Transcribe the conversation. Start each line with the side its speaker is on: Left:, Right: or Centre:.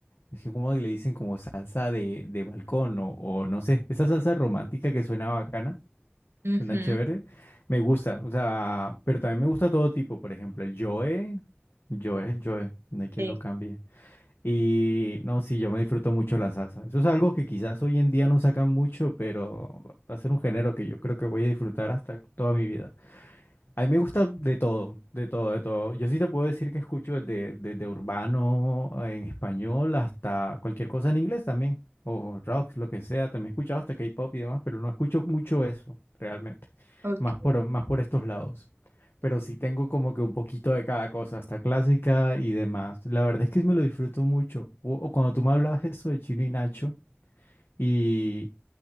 Left: es que como le dicen como salsa de, de balcón o, o no sé, esa salsa romántica que suena bacana,
Right: Ujú,
Left: suena chévere, me gusta, o sea, pero también me gusta todo tipo, por ejemplo, el Joe, Joe, Joe, no hay quien
Right: Sí,
Left: lo cambie. Y no, sí, yo me disfruto mucho la salsa. Eso es algo que quizás hoy en día no sacan mucho, pero va a ser un género que yo creo que voy a disfrutar hasta toda mi vida. A mí me gusta de todo, de todo, de todo. Yo sí te puedo decir que escucho desde, desde urbano en español hasta cualquier cosa en inglés también, o rock, lo que sea. También he escuchado hasta K-pop y demás, pero no escucho mucho eso realmente,
Right: ok.
Left: más por, más por estos lados. Pero sí tengo como que un poquito de cada cosa, hasta clásica y demás. La verdad es que me lo disfruto mucho. O, o cuando tú me hablas eso de Chino y Nacho. y